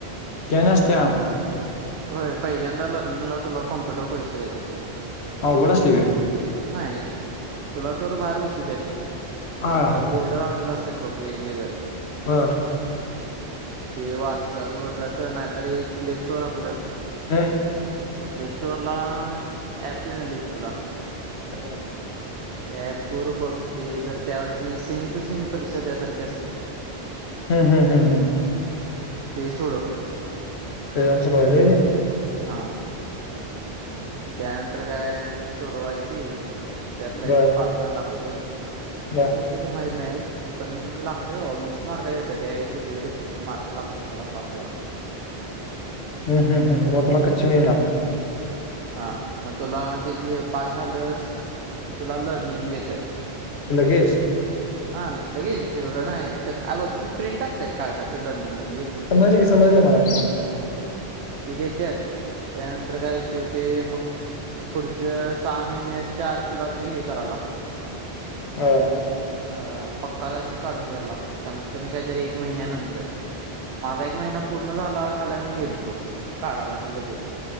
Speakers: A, on the left (about 80°); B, on the right (about 80°).
A: कसते्याम.
B: होय पहिल्यांदा लर्निंगला तुला कॉम्प्युटर परीक्षा द्यायची असत्या.
A: हा उघड अस्ट आहे.
B: नाय तुला तर बाहेर बसू द्या तिथं
A: हा
B: त्या
A: हा
B: बोर्डर लावलेला असतात बघ वेगवेगळं.
A: हा.
B: ते वाच अज वर्साचं नाहीतर एक प्ले स्टोर आपलं.
A: हम्म.
B: त्या प्ले स्टोअर ला ऍप मिळेल एक तुला
A: बर.
B: त्या ॲप वर भग ते जर त्यावरची सेम टू सेम परीक्षा त्यासारखी असते.
A: हा हा हा हा
B: ते सोडून
A: <unintelligible>
B: हा! मग त्यानंतर काय ती सोडवायची. त्यात
A: ते
B: काहीतरी
A: बर
B: पास व्हा लागते
A: बर
B: ते तिच माहित नाही. पण लागत्यात बाबा वीस मार्काची असत्यात त्यावेळी किती तरी मार्क लागतात त्याला पास व्हायला.
A: हम् हम् हम मग तुला कच्ची मिळणार.
B: हा मग तुला तिथे पास झालंस की तुला लर्निंग देत्यात.
A: लगेच.
B: हा लगेच एवढं न्हाय तिथं अ बघ ती प्रिंट असत्या रे कागदाची लर्निंग म्हणजे.
A: समजलं की समजलं मला ते.
B: हा ते देत्यात त्यानंतर काय विषय होतोय मग पुढच सहा महिन्याच्या आत तुला तो हे कराव लागत.
A: अया!
B: अं पक्का लायसन काढून घ्याय लागते कमीत कमी काहीतरी एक महिन्यानंतर माझा एक महिना पूर्ण झाला झाला मी गेलतो काढाला ते लगेच.